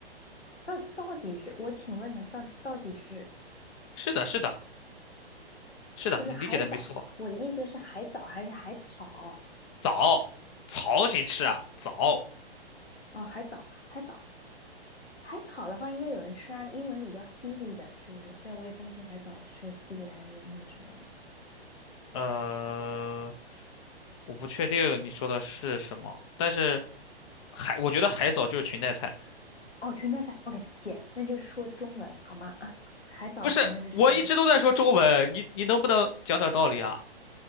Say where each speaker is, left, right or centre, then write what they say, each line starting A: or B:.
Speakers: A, on the left (about 80°); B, on the left (about 30°).
A: <laughs> 到到底是我请问呢？到到底是
B: 是的，是的，是的，
A: 不是海藻？
B: 你理解的没错。
A: 我的意思是海藻还是海草？
B: 藻，草谁吃啊？藻，
A: 哦，海藻，海藻，海草的话，应该有人吃啊。英文里叫 seaweed，是不是？虽然我也分不清海藻是 seaweed 还是那个什么玩意。
B: 呃，我不确定你说的是什么，但是海，我觉得海藻就是裙带菜。
A: 哦，裙带菜。OK，姐，那就是说中文好吗？<laughs> 海藻，
B: 不是，
A: 请问是谁呢？
B: 我一直都在说中文，你你能不能讲点道理啊？